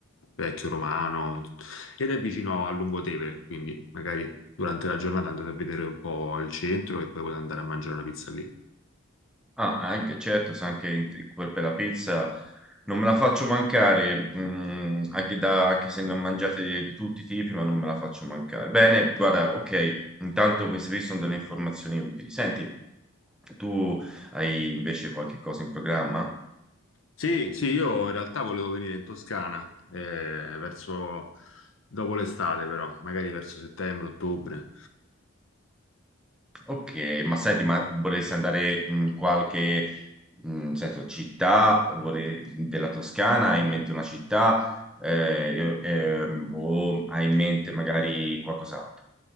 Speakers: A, on the left; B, in the centre.
A: vecchio romano ed è vicino a Lungotevere, quindi magari durante la giornata andate a vedere un po' il centro e poi potete andare a mangiare una pizza lì.
B: Ah, anche, certo, sa anche in- in- per la pizza non me la faccio mancare, mm, anche, da- anche se ne ho mangiate di, di tutti i tipi, ma non me la faccio mancare. Bene, guarda, ok, intanto queste qui sono delle informazioni utili. Senti, tu hai invece qualche cosa in programma?
A: Sì, sì, io in realtà volevo venire in Toscana, eh, verso dopo l'estate, però, magari verso settembre, ottobre.
B: Ok, ma senti, ma vorresti andare in qualche, mm, senso, città vorrei- della Toscana? Hai in mente una città? Eh, io- ehm, o hai in mente magari qualcos'altro?